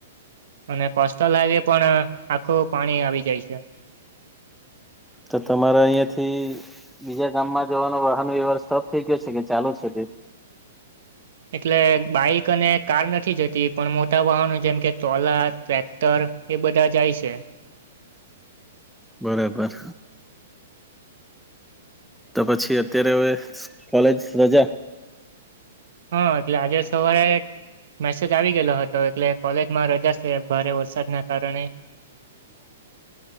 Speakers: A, on the right (about 70°); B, in the centre.
A: અને કોસ્ટલ હાઈવે પણ આખું પાણી આવી જાય છે.
B: તો તમારા અહિયાંથી બીજા ગામમાં જવાનો વાહનો વ્યવહાર સ્ટોપ થઈ ગયો છે કે ચાલુ છે તે?
A: એટલે બાઈક અને કાર નથી જતી પણ મોટા વાહનો જેમ કે ટોલા ટ્રેક્ટર એ બધા જાય છે.
B: બરાબર તો પછી અત્યારે હવે કોલેજ રજા?
A: હા એટલે આજે સવારે મેસેજ આવી ગયેલો હતો એટલે કોલેજમાં રજા છે ભારે વરસાદના કારણે
B: <inaudible>